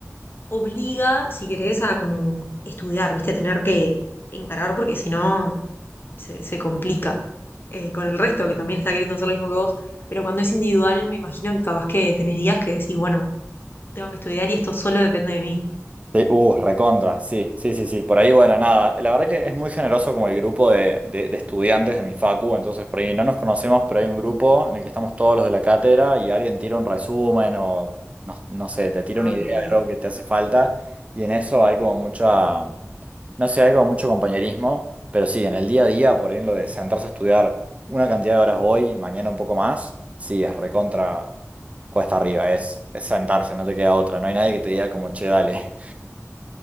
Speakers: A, on the left (about 45°); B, on the right (about 25°).
A: obliga, si querés, a como estudiar, ¿viste? Tener que encarar, porque si no se, se complica eh, con el resto, que también está queriendo hacer lo mismo que vos. Pero cuando es individual, me imagino que capaz que tenés días que decís, bueno, tengo que estudiar y esto solo depende de mí.
B: Sí, uh, recontra, sí, sí, sí, sí. Por ahí, bueno, nada. La verdad que es muy generoso como el grupo de, de- de estudiantes de mi facu, entonces por ahí no nos conocemos, pero hay un grupo en el que estamos todos los de la cátedra y alguien tira un resumen o no, no sé, te tira
A: Ah,
B: una idea
A: qué bueno.
B: de algo que te hace falta y en eso hay como mucha, no sé, hay como mucho compañerismo, pero sí, en el día a día, por ahí en lo de sentarse a estudiar una cantidad de horas hoy, mañana un poco más, sí, es recontra cuesta arriba, es, es sentarse, no te queda otra, no hay nadie que te diga como, che, dale.